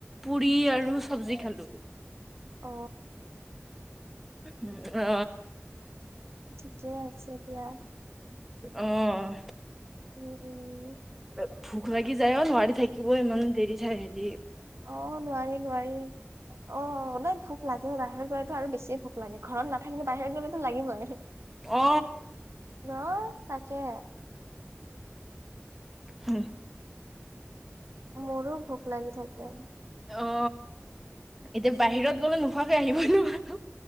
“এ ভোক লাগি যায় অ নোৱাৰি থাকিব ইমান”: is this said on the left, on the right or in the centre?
Centre